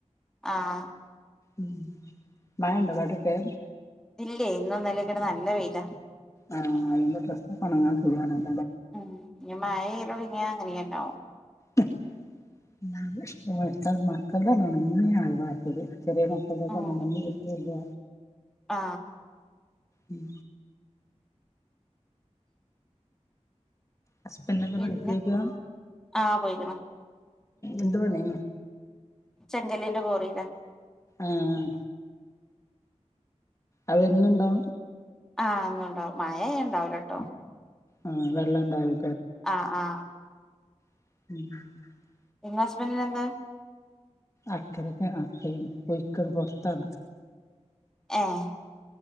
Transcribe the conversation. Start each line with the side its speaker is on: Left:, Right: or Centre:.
Centre: ആഹ്
Left: ഉം മായണ്ടൊ വേടേക്കെ
Centre: ഇല്ലെ ഇന്നൊന്നിലക്കെടെ നല്ല വെയിലാ
Left: ആഹ് അയെന്തോ പ്രശ്നിപ്പണങ്ങാൻ ഫുള്ളൊണങ്ങാൻ
Centre: ഉ ഞ്ഞമയയിലൊടങ്ങിയാ അങ്ങനെയേണ്ടാവും
Left: തു ഇഷ്ടടുത്തൽ മക്കൾ താ നനങ്ങമേ ആൾവാത്തത് ചെറിയ മക്കൾതൊക്കെ
Centre: ഉം
Left: ഒന്നൊണങ്ങി കിട്ടിയത്
Centre: ആ
Left: ഉം ഹസ്ബെൻ്റെന്താ
Centre: പിന്നെ
Left: പണിക്കൊയേക്കാ
Centre: ആ പോയിക്ക്ണ്
Left: എന്തുപണി
Centre: ചെങ്കലിന്റെ പോറീലാ
Left: ആആഹ് അവെന്നുണ്ടാ
Centre: ആഹ് എന്നുണ്ടാവും മയയായ ഇണ്ടാവിലാട്ടോ
Left: ആ വെള്ളണ്ടാവും
Centre: ആഹ് ആ
Left: <inaudible> <inaudible>
Centre: നിങ്ങളെ ഹസ്ബന്റിന് എന്താ
Left: അക്കരക്കു ആ <unintelligible> പൊയ്ക്കത് പുറത്താന്
Centre: ആഹ്